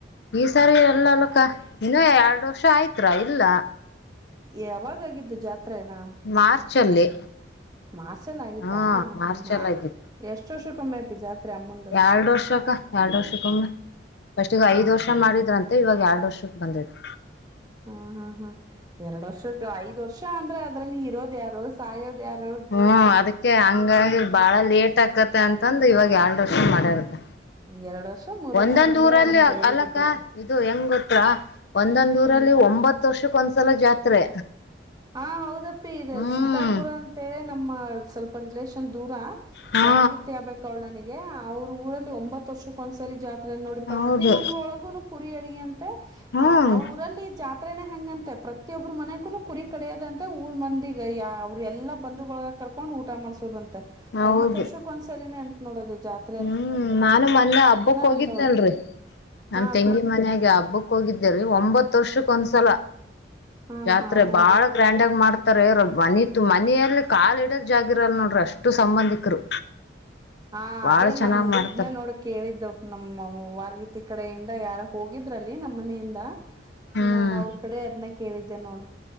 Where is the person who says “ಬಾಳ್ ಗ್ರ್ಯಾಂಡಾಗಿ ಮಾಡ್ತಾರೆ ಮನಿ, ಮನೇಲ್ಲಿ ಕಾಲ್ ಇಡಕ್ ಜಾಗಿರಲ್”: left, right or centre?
Left